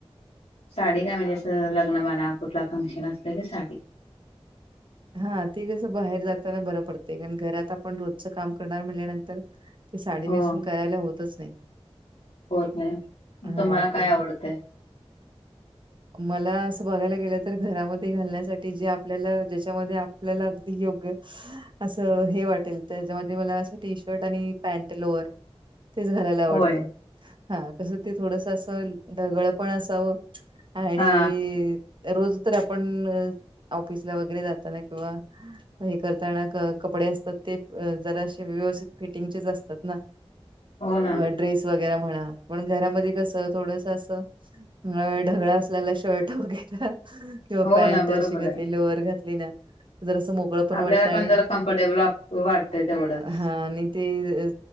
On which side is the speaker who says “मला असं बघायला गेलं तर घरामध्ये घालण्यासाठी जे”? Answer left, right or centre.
Right